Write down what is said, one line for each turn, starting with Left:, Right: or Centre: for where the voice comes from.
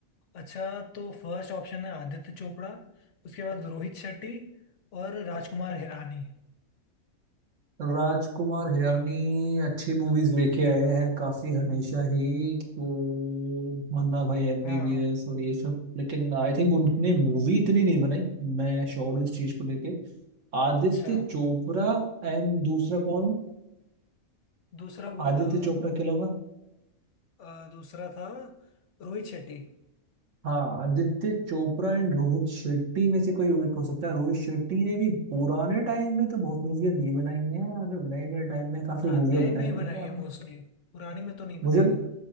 Left: अच्छा तो फर्स्ट ऑप्शन है आदित्य चोपड़ा उसके बाद रोहित शेट्टी और राजकुमार हिरानी
Right: राजकुमार हिरानी अच्छी मूवीज लेके आए हैं काफी हमेशा ही तो मन्ना भाई एमबीबीएस
Left: हाँ
Right: और ये सब लेकिन आई थिंक उनने मूवी इतनी नहीं बनाई मैं श्योर हूँ इस चीज को लेके आदित्य
Left: अच्छा
Right: चोपड़ा एंड दूसरा कौन
Left: दूसरा वो
Right: आदित्य
Left: था
Right: चोपड़ा के अलावा
Left: अ, दूसरा था रोहित शेट्टी
Right: हाँ आदित्य चोपड़ा एंड रोहित शेट्टी में से कोई एक हो सकता है रोहित शेट्टी ने भी पुराने टाइम में तो बहुत मूवियाँ नहीं बनाई हैं मतलब नए नए टाइम में काफी
Left: हाँ
Right: मूवियाँ
Left: नए
Right: बनाई
Left: में ही
Right: हैं
Left: बनाई
Right: तो
Left: है
Right: हम-
Left: मोस्टली पुरानी में तो नहीं बनाई
Right: मुझे न-
Left: है